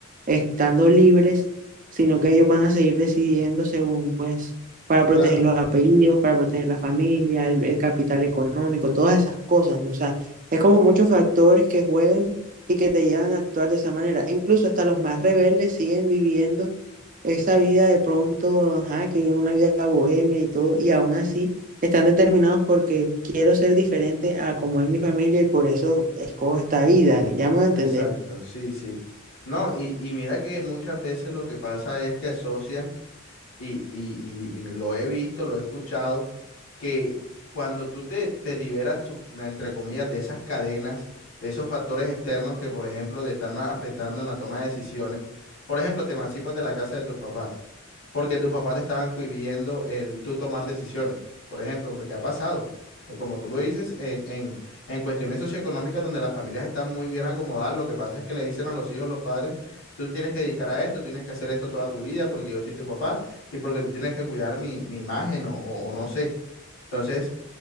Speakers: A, on the right; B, on the left.
A: estando libres, sino que ellos van a seguir decidiendo según, pues, para proteger
B: claro.
A: los apellidos, para proteger la familia, el, el capital económico, todas esas cosas, ¿no? O sea, es como muchos factores que juegan y que te llevan a actuar de esa manera. Incluso hasta los más rebeldes siguen viviendo esa vida de pronto, ajá, que viven una vida bohemia y todo, y aún así están determinados porque quiero ser diferente a como es mi familia y por eso escojo esta vida, ya me voy a entender.
B: Exacto, sí, sí. No, y, y mira que muchas veces lo que pasa es que asocian y, y, y, y me- lo he visto, lo he escuchado, que cuando tú te, te liberas, sup- entre comillas, de esas cadenas, de esos factores externos que, por ejemplo, te están a- afectando en la toma de decisiones, por ejemplo, te emancipas de la casa de tus papás, porque tus papás te estaban cohibiendo el tú tomar decisiones, por ejemplo, porque ha pasado. eh, Como tú lo dices, en, en, en cuestiones socioeconómicas donde las familias están muy bien acomodadas, lo que pasa es que le dicen a los hijos, los padres, tú te tienes que dedicar a esto, tienes que hacer esto toda tu vida porque yo soy tu papá y porque tú tienes que cuidar mi, mi imagen o, o- o no sé. Entonces,